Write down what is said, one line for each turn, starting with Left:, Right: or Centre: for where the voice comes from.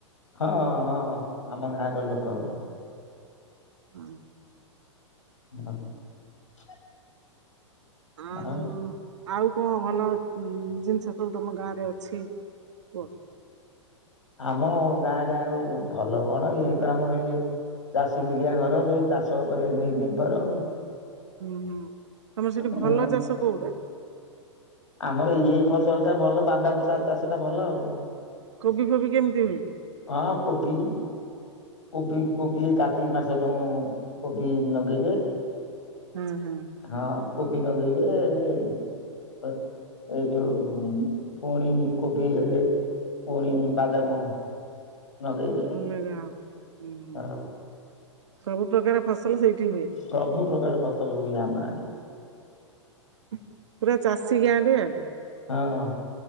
Left: ହଁଁ ହଁ ଆମ ଗାଁ ର ଲୋକ।
Right: ହଁ।
Left: <inaudible>
Right: ଆଉ
Left: ହଁ।
Right: ଆଉ କଣ ଭଲ ଜିନିଷ ସବୁ ତମ ଗାଁ ରେ ଅଛି। କୁହ?
Left: ଆମ ଗାଁ ରେ ଆଉ ଭଲ କଣ ଏଇ ତ ଆମର ଏଇ ଚାଷୀ ମୂଲିଆ ଘର ସବୁ ଚାଷ ଉପରେ ନି ନିର୍ଭର ଆଉ।
Right: ହୁଁ ହୁଁ ତମର ସେଠି
Left: ହଁ
Right: ଭଲ ଚାଷ କୋଉଟା।
Left: ଆମର ଏଇ ଫସଲ ଟା ଭଲ ବାଦାମ ଚା ଚାଷଟା ଭଲ ଆଉ।
Right: କୋବି ଫୋବି କେମିତି ହୁଏ।
Left: ହଁ କୋବି କୋବି କୋବି ଏଇ କାର୍ତ୍ତିକ ମାସଠୁ କୋବି ନଗେଇବେ।
Right: ହୁଁ ହୁଁ।
Left: ହଁ କୋବି ନଗେଇିବେ ଇଏ ଏଇ ଯୋଉ ପୁଣି କୋଭି ଗାଡ଼ି ରେ ପୁଣି ବାଦାମ ନଗେଇବେ
Right: ଅଲଗା ଆଉ ହୁଁ
Left: ହଁ
Right: ସବୁ ପ୍ରକାର ଫସଲ ସେଇଠି ହୁଏ।
Left: ସବୁ ପ୍ରକାର ଫସଲ ହୁଏ ଆମ ଆଡେ।
Right: ପୁରା ଚାଷୀ ଗାଁଟି ଆଉ।
Left: ହଁ